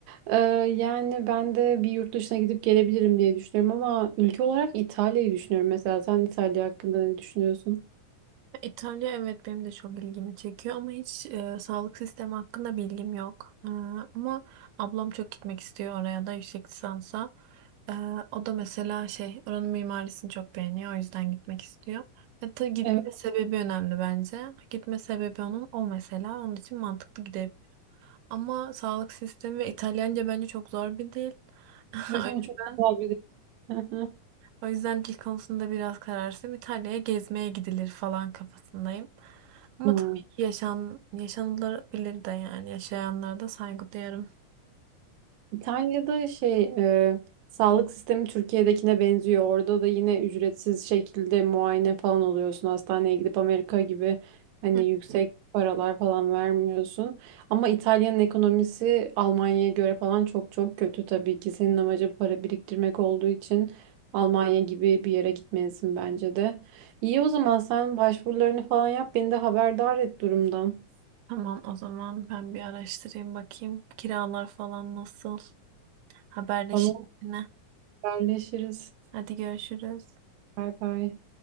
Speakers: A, on the right; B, on the right.
A: Ee, yani ben de bir yurt dışına gidip gelebilirim diye düşünüyorum ama ülke olarak İtalya'yı düşünüyorum mesela. Sen İtalya hakkında ne düşünüyorsun?
B: İtalya evet benim de çok ilgimi çekiyor ama hiç e, sağlık sistemi hakkında bilgim yok. E, ama ablam çok gitmek istiyor oraya da yüksek lisansa. E, o da mesela şey oranın mimarisini çok beğeniyor o yüzden gitmek istiyor. E, tabii gitme
A: Evet,
B: sebebi önemli bence. Gitme sebebi onun o mesela onun için mantıklı gidebilir. Ama sağlık sistemi ve İtalyanca bence çok zor bir dil. <laughs>
A: evet
B: O
A: ama
B: yüzden,
A: çok güzel bir <laughs>
B: o yüzden dil konusunda biraz kararsızım. İtalya'ya gezmeye gidilir falan kafasındayım. Ama
A: Hı hı.
B: tabii ki yaşan, yaşanılabilir de yani yaşayanlara da saygı duyarım.
A: İtalya'da şey e, sağlık sistemi Türkiye'dekine benziyor. Orada da yine ücretsiz şekilde muayene falan oluyorsun. Hastaneye gidip Amerika gibi hani
B: Hı.
A: yüksek paralar falan vermiyorsun. Ama İtalya'nın ekonomisi Almanya'ya göre falan çok çok kötü tabii ki. Senin amacın para biriktirmek olduğu için Almanya gibi bir yere gitmelisin bence de. İyi o zaman sen başvurularını falan yap. Beni de haberdar et durumdan.
B: Tamam o zaman ben bir araştırayım bakayım. Kiralar falan nasıl? Haberleşelim
A: Tamam,
B: yine.
A: haberleşiriz.
B: Hadi görüşürüz.
A: Bay bay.